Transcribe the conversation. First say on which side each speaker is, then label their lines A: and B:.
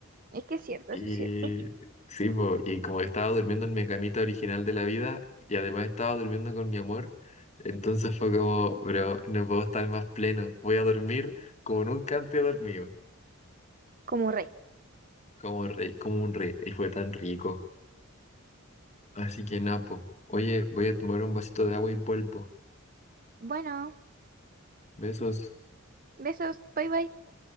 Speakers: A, on the right (about 40°); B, on the left (about 30°).
A: Es que es cierto,
B: Y
A: eso es cierto.
B: sí, po, y como estaba durmiendo en mi camita original de la vida y además estaba durmiendo con mi amor, entonces fue como, bro, no puedo estar más pleno, voy a dormir como nunca antes he dormido,
A: Como rey.
B: como rey, como un rey, y fue tan rico. Así que napo, oye, voy a tomar un vasito de agua y vuelvo.
A: Bueno,
B: Besos.
A: besos, bye bye.